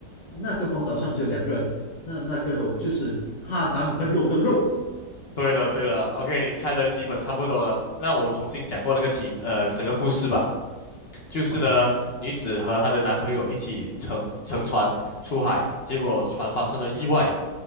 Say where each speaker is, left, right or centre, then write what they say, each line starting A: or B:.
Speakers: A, on the left; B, on the left.
A: 那个荒岛上只有两个人，那那个肉就是她男朋友的肉。
B: 对了对了，OK，你猜的基本差不多了。那我重新讲过那个题目，呃，整个故事吧。就是呢，
A: 好的，
B: 女子和她的男朋友一起乘乘船出海，结果船发生了意外，